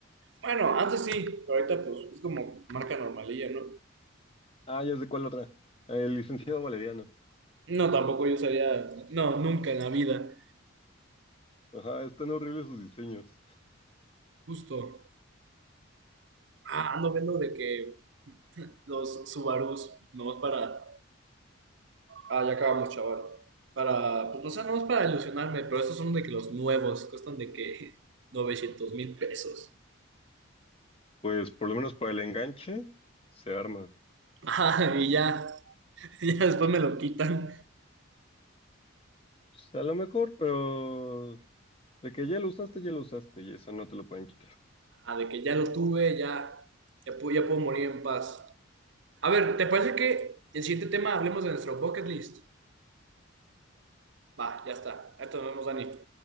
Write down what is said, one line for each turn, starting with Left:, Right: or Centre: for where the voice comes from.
Right: Bueno, antes sí, pero ahorita pues es como marca normalilla, ¿no?
Left: Ah, ya sé cuál otra. El licenciado Valeriano.
Right: No, tampoco yo usaría. No, nunca en la vida.
Left: Ajá, están horribles sus diseños.
Right: Justo. Ah, ando viendo de que los Subarus, nomás para. Ah, ya acabamos, chaval. Para, pues no sé, nomás para ilusionarme, pero estos son de que los nuevos, cuestan de que novecientos mil pesos.
Left: Pues por lo menos para el enganche se arma. O
Right: Ajá, y ya, <laughs> ya después me lo quitan.
Left: a lo mejor, pero de que ya lo usaste, ya lo usaste y eso no te lo pueden quitar.
Right: Ah, de que ya lo tuve, ya, ya puedo, ya puedo morir en paz. A ver, ¿te parece que el siguiente tema hablemos de nuestro bucket list? Va, ya está. Esto nos vemos, Dani.